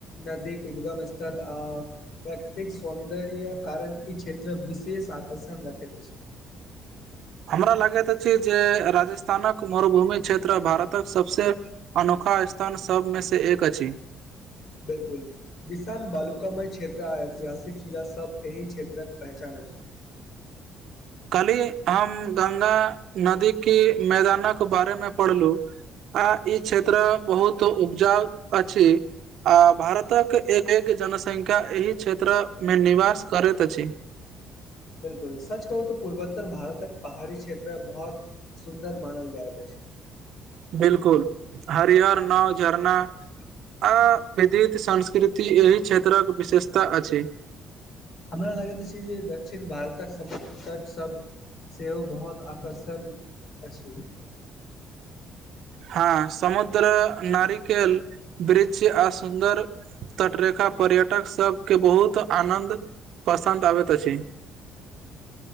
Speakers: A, on the left; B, on the right.
A: नदी उदगम स्थल आओर प्रकृतिक सौन्दर्य कारण ई क्षेत्र विशेष आकर्षण रखैत अछि
B: हमरा लागैत अछि जे राजस्थानक मरुभूमि क्षेत्र भारतक सबसे अनोखा स्थान सभ मे से एक अछि
A: बिलकुल। विशाम बालुकामय क्षेत्र आ ऐतिहासिक किला सब एहि क्षेत्रक पहचान अछि।
B: कल्हि हम गंगा नदी की मैदानक बारे मे पढ़लु। आ ई क्षेत्र बहुत उपजाउ अछि आ भारतक एक - एक जनसंख्या एहि क्षेत्र मे निवास करैत अछि।
A: बिलकुल सच कहू तो पूर्वोत्तर भारतक पहाड़ी क्षेत्र बहुत सुन्दर मानल जाइत अछि
B: बिलकुल हरिहर नाव झरना। आ विधित संस्कृति एहि क्षेत्रक विशेषता अछि।
A: हमरा लगैत अछि जे दक्षिण भारतक समुद्र तट सब सेहो बहुत आकर्षण अछि
B: हँ समुद्र नारिकेल वृक्ष आ सुन्दर तटरेखा पर्यटक सबके बहुत आनन्द पसन्द अबैत अछि।